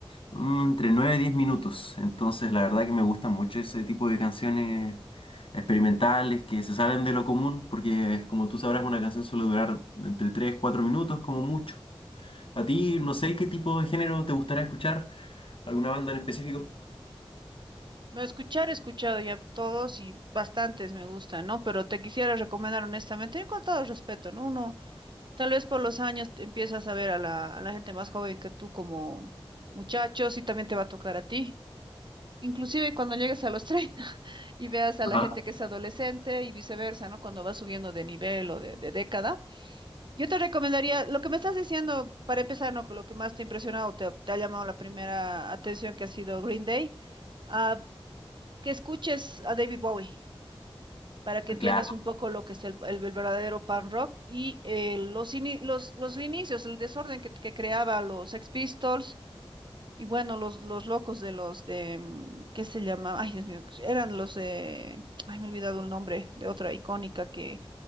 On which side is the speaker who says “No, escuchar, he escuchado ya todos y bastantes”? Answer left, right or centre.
Right